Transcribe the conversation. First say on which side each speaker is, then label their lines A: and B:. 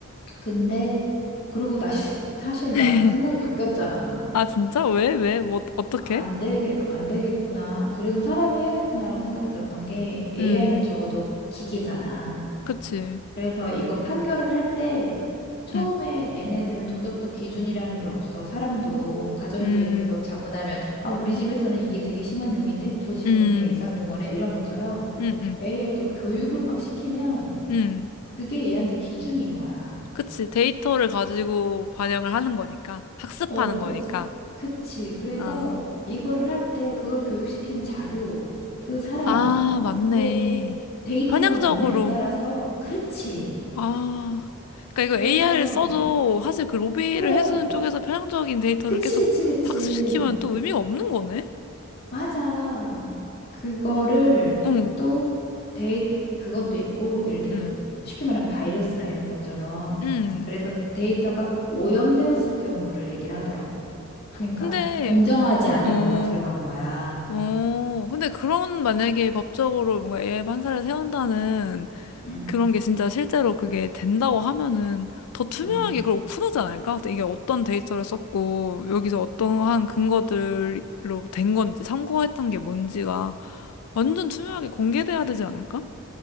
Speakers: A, on the left; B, on the left.
A: 근데 그리고 나 <laughs> 사실
B: <laughs>
A: 나도 생각이 바뀌었잖아.
B: 아, 진짜? 왜? 왜? 뭐, 어떻게?
A: 안 되게 안 되겠구나. 그래도 사람이 해야겠구나라고 생각이 들었던 게 AI는
B: 음,
A: 적어도 기계잖아.
B: 그치.
A: 그래서 이거 판결을 할 때 처음에
B: 음,
A: 얘네들은 도덕적 기준이라는 게 없어. 사람도 가정교육에서
B: 음.
A: 자고 나면 아 우리 집에서는 이게 되게 심한 욕인데 저 집은
B: 음,
A: 그냥 일상 용어네 이런 것처럼
B: 응, 응,
A: AI도 교육을 막 시키면
B: 응.
A: 그게 얘한테 기준인 거야.
B: 그치. 데이터를 가지고 반영을 하는 거니까. 학습하는
A: 어, 그,
B: 거니까.
A: 그치. 그래서
B: 아,
A: 이거를 할 때 그걸 교육시킨 자료, 그 사람,
B: 아, 맞네.
A: 이게 데이터가
B: 편향적으로.
A: 뭐냐에 따라서, 그렇지.
B: 아, 그러니까
A: 그래서,
B: 이거 AI를 써도 사실 그 로비를
A: 그래.
B: 해주는 쪽에서 편향적인 데이터를
A: 그치,
B: 계속
A: 그치, 그치.
B: 학습시키면 또 의미가 없는 거네?
A: 맞아. 그거를
B: 응,
A: 또 데이, 그것도 있고, 예를 들면
B: 응,
A: 쉽게 말하면 바이러스나 이런 것처럼,
B: 응.
A: 그래서 데이터가 오염되었을 경우를 얘기를 하더라고. 그러니까
B: 근데,
A: 공정하지 않은
B: 어,
A: 뭐가 들어간 거야.
B: 어, 근데 그런 만약에 법적으로 뭔가 AI 판사를 세운다는
A: 음.
B: 그런 게 진짜 실제로 그게 된다고 하면은 더 투명하게
A: 음.
B: 그걸 오픈하지 않을까? 이게 어떤 데이터를 썼고 여기서 어떠한 근거들로 된 건지 참고했던 게 뭔지가 완전 투명하게 공개돼야 되지 않을까?